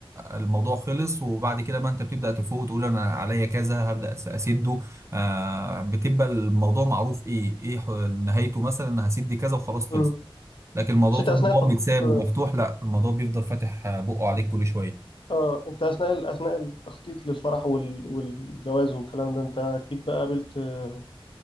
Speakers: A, on the right (about 30°); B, on the left (about 60°).
A: الموضوع خلص وبعد كده بقى انت بتبدأ تفوق وتقول انا عليا كذا هبدأ أس- اسده آه بتبقى الموضوع معروف ايه ايه ح- نهايته مثلا انا هسد دي كذا وخلاص خلص
B: مم.
A: لكن الموضوع
B: بس انت
A: طول
B: اثناء
A: ما
B: التخطيط
A: هو متساب
B: اه
A: ومفتوح لا الموضوع بيفضل فاتح آه، بقه عليك كل شوية
B: آه، انت اثناء اثناء التخطيط للفرح وال... والجواز والكلام ده انت اكيد بقى قابلت آه،